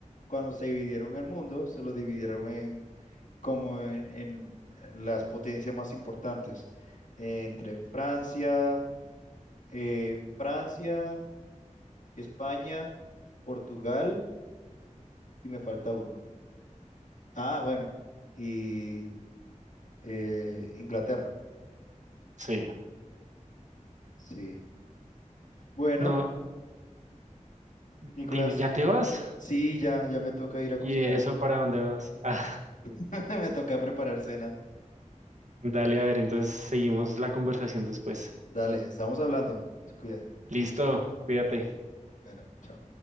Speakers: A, on the left; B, on the right.
A: cuando se dividieron el mundo, se los dividieron en como en, en- en las potencias más importantes, eh, entre Francia, eh, Francia, España, Portugal y me falta uno. Ah, bueno, y eh, Inglaterra.
B: Sí.
A: Sí. Bueno,
B: No,
A: Nicolás,
B: dime, ¿ya te vas?
A: sí, ya, ya me toca ir a cocinar.
B: ¿Y eso para dónde vas? <laughs> Ah,
A: <laughs> Me toca preparar cena.
B: dale, a ver, entonces seguimos la conversación después.
A: Dale, estamos hablando. Se cuida.
B: Listo, cuídate.
A: Bueno, chao.